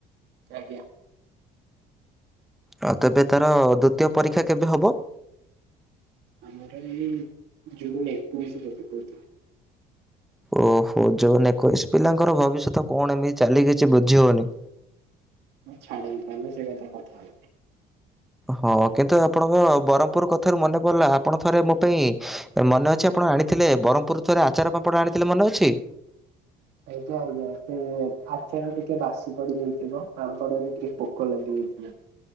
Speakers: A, on the right; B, in the centre.
A: ଆଜ୍ଞା।
B: ଆଉ ତେବେ ତାର ଦ୍ୱୀତୀୟ ପରୀକ୍ଷା କେବେ ହେବ?
A: ଆମର ଏଇ ଜୁନ ଏକୋଇଶି ବୋଧେ କହୁଥିଲେ।
B: ଓହୋ ଜୁନ୍ ଏକୋଇଶ ପିଲାଙ୍କର ଭବିଷ୍ୟତ କଣ ଏମିତି ଚାଲି କିଛି ବୁଝି ହଉନି।
A: ଛାଡନ୍ତୁ ଆମେ ସେ କଥା କଥା ହେବା।
B: ହଁ କିନ୍ତୁ ଆପଣଙ୍କ ବ୍ରହ୍ମପୁର କଥାରୁ ମନେ ପଡିଲା ଆପଣ ଥରେ ମୋ ପାଇଁ ମନେ ଅଛି ଆପଣ ଆଣିଥିଲେ ବ୍ରହ୍ମପୁରର ଆଚାର ପାମ୍ପଡ଼ ଆଣିଥିଲେ ମନେ ଅଛି?
A: ଆଜ୍ଞା ଆଜ୍ଞା ସେ ଆଚାର ଟିକେ ବାସି ପଡିଯାଇଥିବ, ପାମ୍ପଡରେ ଟିକେ ପୋକ ଲାଗିଯାଇଥିବ।